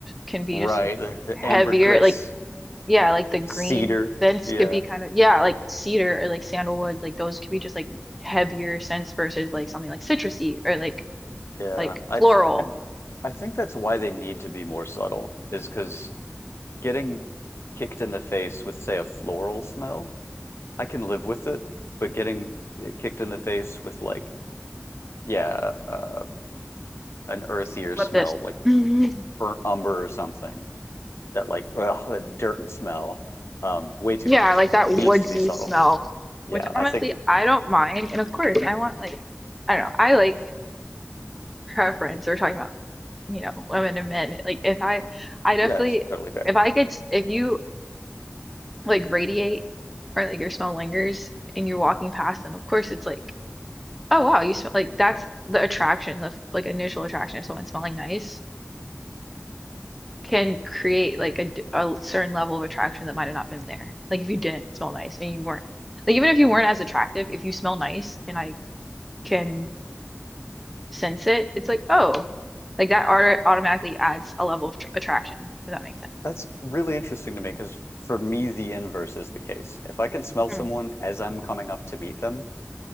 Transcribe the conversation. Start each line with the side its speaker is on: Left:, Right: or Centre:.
Centre: can be
Left: Right.
Centre: just
Left: The, the
Centre: heavier.
Left: ambergris
Centre: Like yeah, like
Left: and
Centre: the green
Left: cedar.
Centre: scents
Left: Yeah.
Centre: could be kind of yeah, like cedar or like sandalwood, like those could be just like heavier scents versus like something like citrusy or like
Left: Yeah,
Centre: like
Left: I
Centre: floral.
Left: and I think that's why they need to be more subtle is because getting kicked in the face with, say, a floral smell, I can live with it, but getting uh, kicked in the face with like, yeah, uh, an earthier smell
Centre: Love this.
Left: like
Centre: <laughs> Mhm.
Left: burnt umber or something that like, ugh, a dirt smell, um, way too
Centre: Yeah,
Left: much.
Centre: like that
Left: Needs
Centre: woodsy
Left: to be subtle.
Centre: smell,
Left: Yeah,
Centre: which
Left: I
Centre: honestly
Left: think
Centre: I don't mind. And of course, I want like I don't know, I like preference. We're talking about you know, women and men. Like if I I definitely
Left: that's totally fair.
Centre: if I could if you like radiate or like your smell lingers and you're walking past them, of course it's like, oh wow, you smell like that's the attraction, the like initial attraction of someone smelling nice can create like a, d- a certain level of attraction that might have not been there. Like if you didn't smell nice and you weren't like even if you weren't as attractive, if you smell nice and I can sense it, it's like, oh, like that art automatically adds a level of tr attraction, if that makes
Left: That's really interesting to me because for me, the inverse is the case. If I can smell someone
Centre: sense.
Left: as I'm coming up to meet them,